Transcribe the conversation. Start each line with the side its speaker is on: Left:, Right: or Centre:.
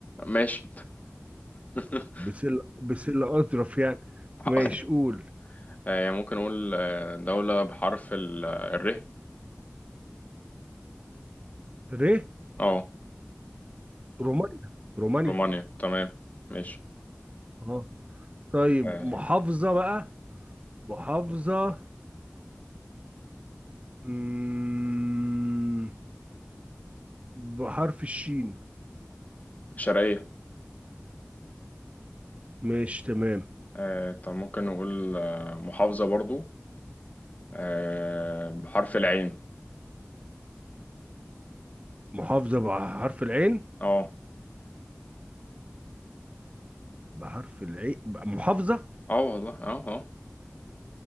Left: ماشي <laughs>
Right: بسلة بسلة اظرف يعني
Left: <laughs>
Right: ماشي قول
Left: آه، يعني ممكن أقول آه، دولة بحرف ال- آه، الر
Right: ر
Left: اه
Right: رومانيا رومانيا
Left: رومانيا تمام ماشي
Right: اه طيب
Left: آه،
Right: محافظة بقى محافظة مم، بحرف الشين
Left: شرقية
Right: ماشي تمام
Left: آه، طب ممكن نقول آه، محافظة برضو آه، بحرف العين
Right: محافظة بحرف العين
Left: اه
Right: بحرف العين محافظة
Left: اه والله اه اه